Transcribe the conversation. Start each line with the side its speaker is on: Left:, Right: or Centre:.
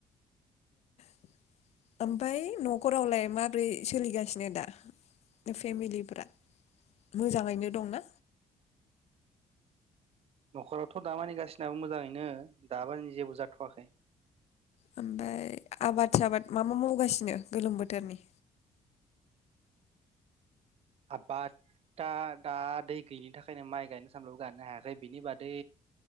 Left: <inaudible> ओमफ्राय न नखरावलाय माब्रै
Right: औ
Left: सोलिगासिनो दा फेमिलिफ्रा मोजांङैनो दंना
Right: नखरा थ दामानिगासिनाबो मोजांङैनो दामानि जेबो जाथवाखै
Left: ओमफाय आबाद साबाद मा मा मावगासिनो गोलोम बोथोरनि
Right: आबादा दा दै गैयिनि थाखायनो माइ गायनो सानलबो गायनो हायाखै बिनि बादै